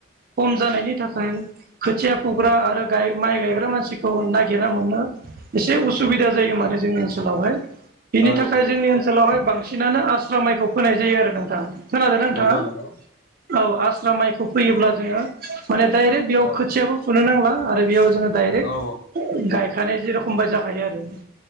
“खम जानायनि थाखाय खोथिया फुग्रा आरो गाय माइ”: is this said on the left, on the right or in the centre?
Right